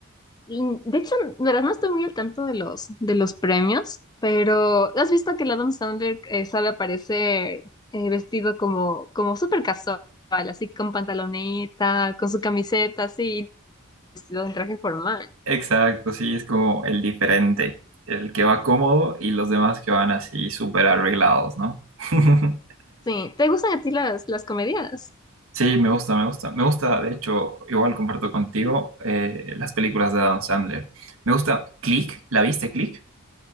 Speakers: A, on the left; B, on the right.
A: Mm, De hecho, la verdad no estoy muy al tanto de los, de los premios, pero ¿has visto que el Adam Sandler eh, sabe aparecer eh, vestido como, como súper casual, así con pantaloneta, con su camiseta, así, vestido en traje formal?
B: Exacto, sí, es como el diferente, el que va cómodo y los demás que van así súper arreglados, ¿no? <laughs>
A: Sí, ¿te gustan a ti las, las comedias?
B: Sí, me gusta, me gusta. Me gusta, de hecho, igual comparto contigo eh, las películas de Adam Sandler. Me gusta Click, ¿la viste Click?